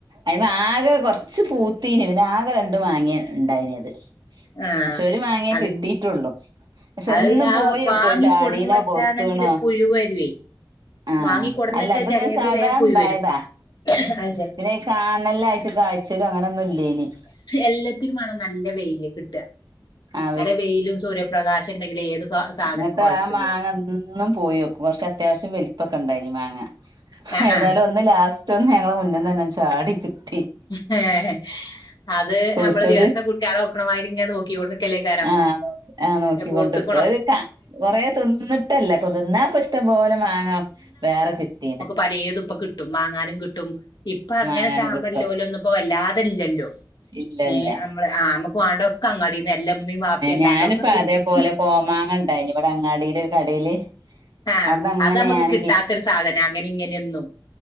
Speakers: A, on the right; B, on the left.
A: അ ആകെ കൊറച്ച് പൂത്തീനി പിന്നെ ആകെ രണ്ടും മാങ്ങയ ഇണ്ടായ്നത്
B: ആ
A: പക്ഷെ ഒരു മാങ്ങ
B: അതിന്
A: കിട്ടീട്ടുള്ളൂ. പക്ഷെ
B: അത്
A: എന്നും
B: ആ
A: പോയോകും
B: വാങ്ങിക്കൊടുന്ന്
A: അത് ചാടീണോ
B: വെച്ചാണെങ്കില്
A: പവ്ത്തുണോ.
B: പുഴു വരുവേ
A: ആ
B: വാങ്ങിക്കൊടുന്ന്
A: അല്ല
B: വെച്ചാ
A: ഇത്ങ്ങെ
B: ചെലേത്
A: സാധാണ്ടായതാ.
B: വേം പുഴു വരും ആ
A: പിന്നെ കാനലായിട്ട് കാഴ്ചലും അങ്ങനെൊന്നും ഇല്ലനി
B: എല്ലാത്തിനു മാണം നല്ല വെയില് കിട്ട.
A: ആ
B: നല്ല വെയിലും സൂര്യപ്രകാശംണ്ടെങ്കിൽ ഏത് ക- സാധനം
A: ഇങ്ങട്ട്
B: കോയ്ക്കുള്ളൂ
A: ആ മാങ്ങന്നും പോയോ ക്കും കുറച് അത്യാവശ്യം വലിപ്പൊക്കെ ഇണ്ടായി നി മാങ്ങ.
B: ആ
A: ഏതായാലും
B: ആ
A: ഒന്ന് ലാസ്റ്റ് ഒന്ന് ഞങ്ങള് മുന്ന്ന്നന്നെ ചാടിക്കിട്ടി.
B: ആ അത്
A: പൂത്തത്
B: നമ്മള് ദിവസത്തെ കുട്ടികളെ നോക്ക്ണമാതിരിങ്ങ നെ നോക്കി യോണ്ട് നിക്കലേ ക്കാരും.
A: ആഹ് നോക്കി ആഹ് നോക്കിക്കൊണ്ട്ക്കും
B: എ പൗത്തേ
A: കൊറേ തിന്നിട്ടല്ലേ തിന്നാപ്പ ഇഷ്ടം പോലെ മാങ്ങ വേറെ കിട്ടീണ്.
B: പലേ തുപ്പ കിട്ടും വങ്ങാനും കിട്ടും ഇപ്പ അങ്ങനെ
A: മാങ്ങാനും കിട്ടും
B: ഇലോ ലൊന്നും ഇപ്പംവല്ലാതെ ലല്ലോ
A: ഇല്ല
B: ഏ
A: ഇല്ല
B: നമക്ക് വാണ്ട തൊക്കെ അങ്ങാടിന്ന് എ മ്മി വാപ്പി അല്ലാത്ത
A: ഞാനിപ്പ
B: തൊക്കെ കിട്ടും.
A: അതേപോലെ കോമാങ്ങ ഇണ്ടായിന് ഇവിടെ അങ്ങാടില് ഒരു കടയില്
B: ആ
A: അവിടുന്ന് അങ്ങനെ
B: അത്മുക്ക്
A: ഞാൻ
B: കിട്ടാത്തൊരു സാധനം അങ്ങനിം ഇങ്ങനൊന്നും.